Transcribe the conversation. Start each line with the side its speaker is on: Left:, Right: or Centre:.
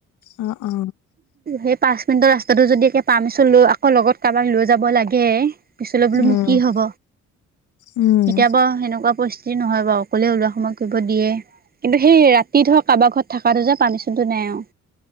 Left: অ অ
Right: সেই পাঁচ মিনিটৰ ৰাস্তাটো যদি এতিয়া পাৰ্মিচন লৈ আকৌ লগত ক'ৰবাক লৈ যাব লাগে পিছলৈ বোলো
Left: উম
Right: মোক কি হ'ব,
Left: উম
Right: কেতিয়াবা সেনেকুৱা পৰিস্থিতি যি নহয় বাৰু অকলে উলাও শুমুৱা কৰিব দিয়ে। কিন্তু, সেই ৰাতি ধৰ ক'ৰবাৰ ঘৰত থকাটো যে পাৰ্মিছনটো নাই আৰু।